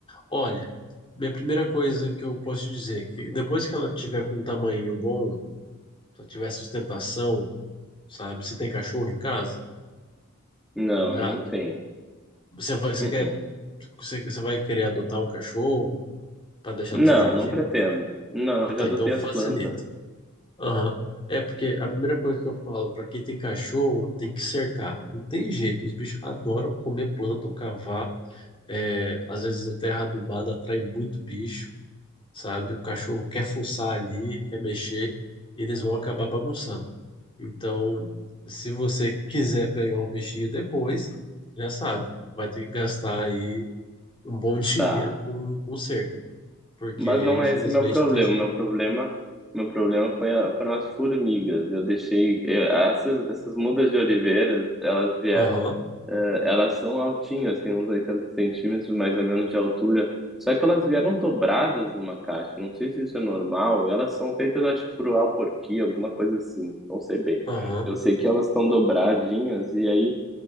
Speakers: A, on the left; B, in the centre.
A: Olha, minha primeira coisa que eu posso te dizer, é que depois que ela tiver com um tamanho bom, se ela tiver sustentação, sabe? Você tem cachorro em casa
B: não,
A: ou gato?
B: eu não tenho.
A: Você vai, você
B: Uh-uh.
A: quer, você, você vai querer adotar o cachorro para deixar
B: Não,
A: no seu jardim?
B: não pretendo. Não,
A: Ah,
B: eu
A: tá,
B: já adotei
A: então facilita.
B: as plantas.
A: Aham. É porque a primeira coisa que eu falo para quem tem cachorro tem que cercar. Não tem jeito, os bichos adoram comer planta ou cavar. É, às vezes a terra adubada atrai muito bicho, sabe? O cachorro quer fuçar ali, quer mexer, e eles vão acabar bagunçando. Então, se você quiser pegar um bichinho depois, já sabe, vai ter que gastar aí um bom <laughs> dinheiro
B: <laughs> Tá.
A: com, com cerca, porque
B: Mas não
A: infelizmente
B: é esse meu problema.
A: não tem jeito.
B: Meu problema, meu problema foi a, foram as formigas. Eu deixei eh, essas, essas mudas de oliveira, elas vieram,
A: Aham,
B: eh, elas são altinhas, têm uns 80 centímetros mais ou menos de altura. Só que elas vieram dobradas numa caixa. Não sei se isso é normal. Elas são feitas, acho que por alporquia, alguma coisa assim. Não sei bem.
A: aham.
B: Eu sei que elas estão dobradinhas e aí